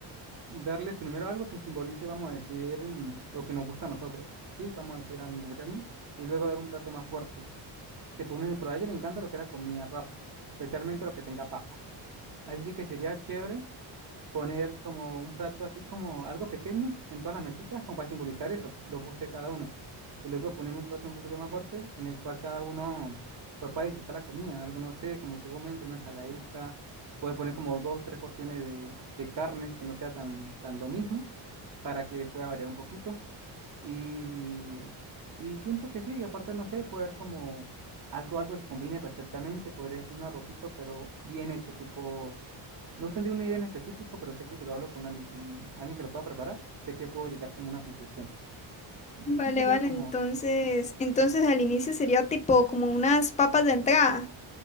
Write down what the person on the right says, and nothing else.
darle primero algo que simbolice, vamos a decir, mm, lo que nos gusta a nosotros, ¿sí? Vamos a decir a mi mujer y a mí, y luego dar un plato más fuerte te ponen, pero a ella le encanta lo que es la comida rápida, especialmente lo que tenga papas. Así sí que sería chévere poner como un plato así como algo pequeño en todas las mesitas, como para simbolizar eso, lo que guste cada uno. Y luego poner un plato un poquito más fuerte en el cual cada uno pues pueda disfrutar la comida, algo no sé, como tú comentas, una ensaladita, puede poner como dos, tres porciones de, de carnes que no sea tan, tan lo mismo para que pueda variar un poquito y, y siento que sí, y aparte no sé, puede haber como algo, algo que combine perfectamente, podría ser un arrocito, pero bien hecho, tipo, no tendría una idea en específico, pero sé que si lo hablo con alguien, con alguien que lo pueda preparar, sé que puedo llegar como a una conclusión. Y
sí sería
como,